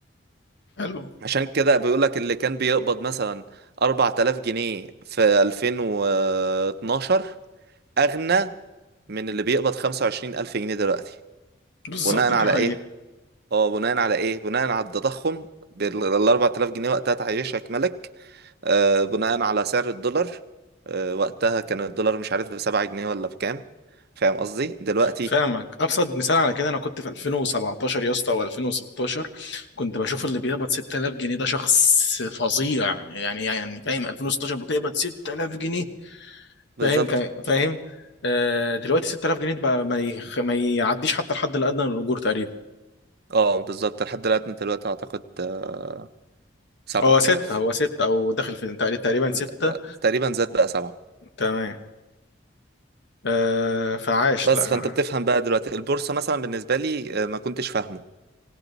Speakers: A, on the left; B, on the right.
A: حلو
B: عشان كده بيقولك اللي كان بيقبض مثلا 4000 جنيه في 2012 أغنى من اللي بيقبض 25000 جنيه دلوقتي
A: بالظبط
B: بناء على
A: دي حقيقة
B: إيه؟ اه بناء على إيه؟ بناء على التضخم بال- ال 4000 جنيه وقتها تعيشك ملك آه، بناء على سعر الدولار آه، وقتها كان الدولار مش عارف بسبعة جنيه ولا بكام فاهم قصدي دلوقتي
A: فاهمك أبسط مثال على كده أنا كنت في 2017 يا اسطى أو 2016 كنت بشوف اللي بيقبض 6000 جنيه ده شخص فظيع يعني يعني يعني فاهم 2016 بتقبض 6000 جنيه
B: بالظبط
A: فاهم كا- فاهم آه، دلوقتي 6000 جنيه ده بقى ما يخ- ما يعديش حتى الحد الأدنى للأجور تقريبا
B: اه بالظبط الحد الأدنى دلوقتي أعتقد آه، سبعة
A: هو ستة
B: آلاف
A: هو ستة أو داخل في تقريبا ستة
B: ب- ب- تقريبا زاد بقى سبعة
A: تمام آه، فعاش
B: بس
A: لا
B: فأنت بتفهم بقى دلوقتي البورصة مثلا بالنسبة لي آه، ما كنتش فاهمه